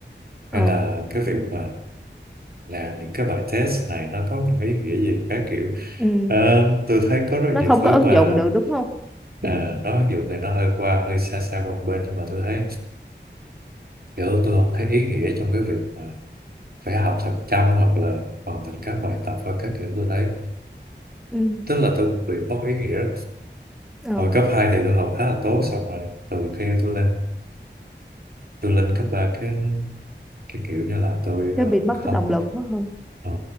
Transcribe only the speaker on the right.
hay là cái việc mà làm những cái bài test này nó có một cái ý nghĩa gì các kiểu
Ờ, tôi thấy có rất
nhiều
thứ
mà
à, nó mặc dù thì nó hơi qua hơi xa xa qua một bên nhưng mà tôi thấy kiểu tôi không thấy ý nghĩa trong cái việc mà phải học thật chăm hoặc là hoàn thành các bài tập hoặc các kiểu tôi thấy
tức là tôi bị mất ý nghĩa đó.
hồi cấp 2 thì tôi học khá là tốt xong rồi từ khi tôi lên tôi lên cấp 3 cái cái kiểu như là tôi
ờ,
không
ờ,